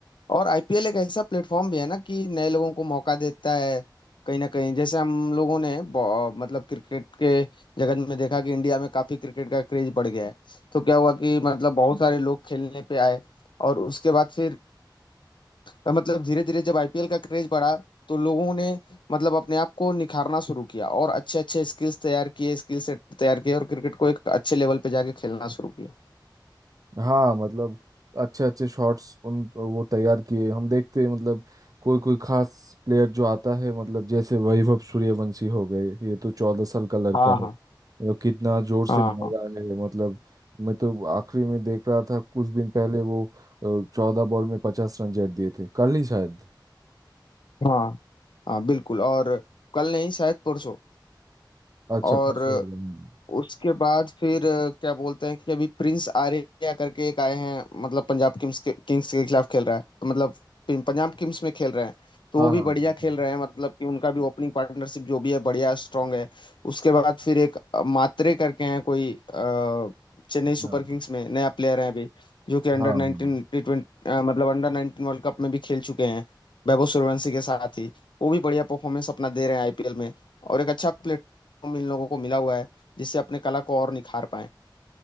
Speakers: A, on the left; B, on the right.
A: और आईपीएल एक ऐसा प्लेटफॉर्म भी है ना कि नए लोगों को मौका देता है कहीं ना कहीं जैसे हम लोगों ने ब- मतलब क्रिकेट के जगत में देखा कि इंडिया में काफी क्रिकेट का क्रेज बढ़ गया है तो क्या हुआ कि मतलब बहुत सारे लोग खेलने पे आए और उसके बाद फिर मतलब धीरे धीरे जब आईपीएल का क्रेज बढ़ा तो लोगों ने मतलब अपने आप को निखारना शुरू किया और अच्छे अच्छे स्किल्स तैयार किए स्किल सेट तैयार किए और क्रिकेट को एक अच्छे लेवल पे जाके खेलना शुरू किया
B: हाँ मतलब अच्छे अच्छे शॉट्स उन वो तैयार किए हम देखते हैं मतलब कोई कोई खास प्लेयर जो आता है मतलब जैसे वैभव सूर्यवंशी हो गए ये तो चौदह साल का लड़का
A: हाँ
B: है
A: हाँ
B: मतलब कितना जोर से
A: हाँ
B: मार
A: हाँ
B: रहा है मतलब मैं तो आखिरी में देख रहा था कुछ दिन पहले वो चौदह बॉल में पचास रन जड़ दिए थे कल ही शायद
A: हाँ हाँ बिल्कुल और कल नहीं शायद परसों
B: अच्छा
A: और
B: परसों हो गए
A: उसके बाद फिर अ, क्या बोलते हैं कि अभी प्रिंस आर्या करके एक आए हैं मतलब पंजाब किंग्स के किंग्स के खिलाफ खेल रहा है तो मतलब पिं- पंजाब किंग्स में खेल रहे हैं तो
B: हाँ
A: वो भी
B: हाँ
A: बढ़िया खेल
B: हाँ
A: रहे हैं मतलब कि उनका भी ओपनिंग पार्टनरशिप जो भी है बढ़िया स्ट्रांग है उसके बाद फिर एक अ, मात्रे करके हैं कोई अ, चेन्नई सुपर
B: हाँ
A: किंग्स में नया प्लेयर है अभी जो कि अंडर
B: हाँ हाँ।
A: नाइनटीन टी ट्वेंटी मतलब अंडर नाइनटीन वर्ल्ड कप में भी खेल चुके हैं वैभव सूर्यवंशी के साथ ही वो भी बढ़िया परफॉर्मेंस अपना दे रहे हैं आईपीएल में और एक अच्छा प्लेटफॉर्म इन लोगों को मिला हुआ है जिससे अपने कला को और निखार पाए